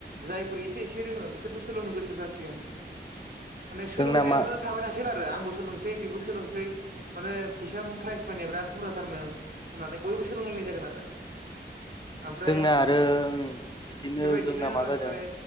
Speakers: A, on the right; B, on the left.
A: जायफोर एसे एसे रोङो बिसोरबो सोलोंनो गोसो जासिगोन माने सोलोंनायानो
B: जोंना मा
A: थाबाय थासिग गोन आरो आंबो सोलोंसै बेबो सोलोंसै माने फैसा प्राइज मानिया बिराद बुरजाथारनो होननानै बयबो सोलोंलायनाय जागोन आरो ओमफ्राय
B: जोंना आरो उम बिदिनो
A: बेबायदिनो
B: जोंना मा जादों
A: माने